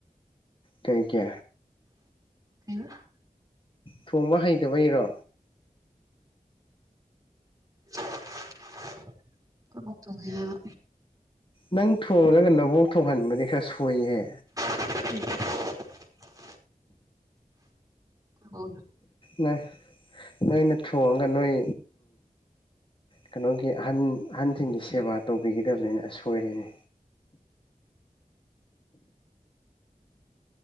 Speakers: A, on the left; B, on the right.
A: ꯀꯩꯒꯤ
B: ꯀꯅ <inaudible>
A: ꯊꯣꯡꯕ ꯍꯩꯇꯕꯩꯔꯣ
B: <inaudible> ꯀꯣꯏꯕꯥꯎ ꯆꯣꯡꯁꯦ ꯍꯥꯏꯕ
A: ꯅꯪ ꯊꯣꯡꯖꯒꯦ ꯅꯕ ꯊꯣꯡ ꯍꯟ ꯃꯗꯤ ꯈ ꯁꯏꯍꯦ
B: <inaudible> ꯏꯕꯣꯛ
A: ꯅ ꯅꯣꯏꯅ ꯊꯣꯡꯉꯒ ꯅꯣꯏ ꯀꯩꯅꯣꯒꯤ ꯑꯍꯟ ꯑꯍꯟꯁꯤꯡꯒꯤ ꯁꯦꯕꯥ ꯇꯧꯕꯤꯒꯗꯕꯅꯤꯅ ꯑꯁꯣꯏꯔꯅꯦ